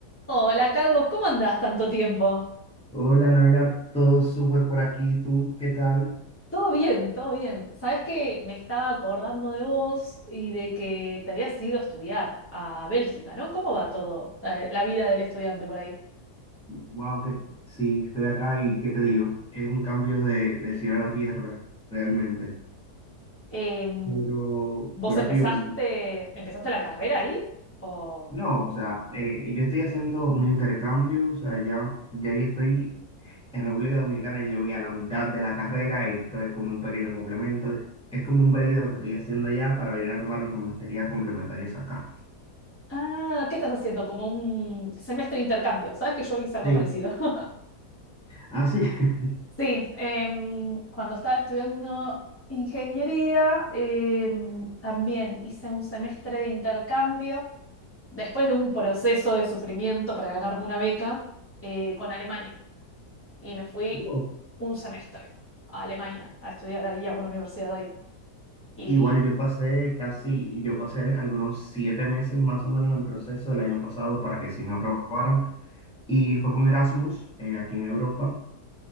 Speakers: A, on the left; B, in the centre.
A: Hola Carlos, ¿cómo andás tanto tiempo?
B: Hola, Noela, todo súper por aquí. ¿Tú qué tal?
A: Todo bien, todo bien. Sabes que me estaba acordando de vos y de que te habías ido a estudiar a Bélgica, ¿no? ¿Cómo va todo, eh, la vida del estudiante por ahí?
B: Wow, que sí, estoy acá y ¿qué te digo? Es un cambio de, del cielo a la tierra, realmente.
A: Em,
B: Pero,
A: ¿vos
B: pero
A: empezaste,
B: aquí vamos.
A: empezaste la carrera ahí? ¿O...
B: No, o sea, eh, yo estoy haciendo un intercambio, o sea, ya, ya yo estoy en República Dominicana, yo voy a la mitad de la carrera y esto es como un pequeño complemento. de- es como un break de lo que estoy haciendo allá para venir a tomar unas materias complementarias acá.
A: Ah, ¿qué estás haciendo? Como un semestre de intercambio. Sabes que yo hice algo
B: Sí.
A: parecido. <laughs>
B: Ah, sí. <laughs>
A: Sí, em, cuando estaba estudiando ingeniería, em, también hice un semestre de intercambio después de un proceso de sufrimiento para ganarme una beca, eh, con Alemania. Y me fui
B: Wow.
A: un semestre a Alemania a estudiar ahí, a una universidad ahí. Y
B: Igual yo pasé casi, yo pasé algunos siete meses más o menos en proceso el año pasado para que sí me aprobaran y fue con Erasmus eh, aquí en Europa